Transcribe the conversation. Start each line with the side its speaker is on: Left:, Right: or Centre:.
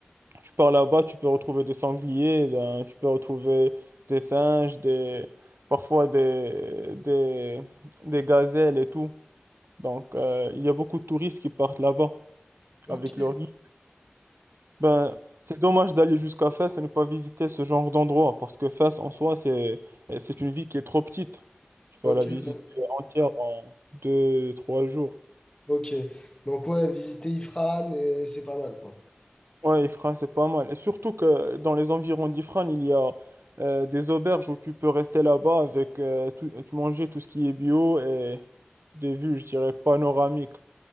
Right: tu pars là-bas, tu peux retrouver des sangliers, ben, tu peux retrouver des singes, des, parfois des, des, des gazelles et tout. Donc, euh, il y a beaucoup de touristes qui partent là-bas
Left: Ok.
Right: avec leur guide. Ben, c'est dommage d'aller jusqu'à Fès et ne pas visiter ce genre d'endroit parce que Fès en soi, c'est, c'est une ville qui est trop petite. Tu
Left: Ok.
Right: vas la visiter
Left: ouais.
Right: entière en deux, trois jours.
Left: Ok. Donc ouais, visiter Ifrane, et c'est pas mal, quoi.
Right: Ouais, Ifrane, c'est pas mal. Et surtout que dans les environs d'Ifrane, il y a euh, des auberges où tu peux rester là-bas avec euh, tout, et manger tout ce qui est bio et des vues, je dirais, panoramiques.